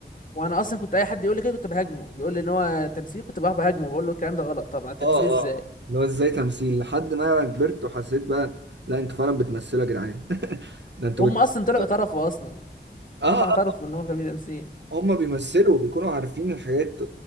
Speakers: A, on the left; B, on the right.
A: وانا اصلا كنت اي حد يقول لي كده كنت بهاجمه بيقول لي ان هو تمثيل كنت بقى بهاجمه بقول له الكلام ده غلط طبعا تمثيل
B: اه
A: ازاي
B: اه اللي هو ازاي تمثيل لحد ما كبرت وحسيت بقى لا انتوا فعلا بتمثلوا يا جدعان <laughs> ده انتوا
A: هم
B: بتمثلوا
A: اصلا طلعوا اعترفوا اصلا
B: اه
A: هم
B: اه
A: اعترفوا ان هو كان في تمثيل
B: هم هم بيمثلوا بيكونوا عارفين الحاجات